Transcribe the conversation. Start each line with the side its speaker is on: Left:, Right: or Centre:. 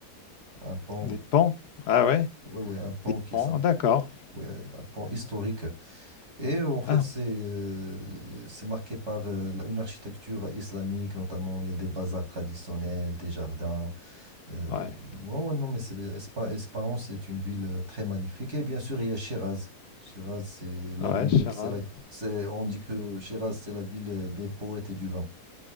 Right: un pont,
Left: Des pans. Ah ouais,
Right: ouais, ouais, un pont
Left: des
Right: qui
Left: pans,
Right: est s'app-
Left: d'accord.
Right: ouais, un pont historique. Et euh, en fait,
Left: Ah,
Right: c'est euh, c'est marqué par euh, la- une architecture islamique, notamment il y a des bazars traditionnels, des jardins. Euh,
Left: ouais.
Right: ouais, ouais, non, mais c'est Espa- Espahan, c'est une ville euh, très magnifique. Et bien sûr, il y a Shiraz. Shiraz, c'est la
Left: Ouais,
Right: ville des,
Left: Shiraz.
Right: c'est la- c'est- on dit que Shiraz, c'est la ville euh, des poètes et du vin.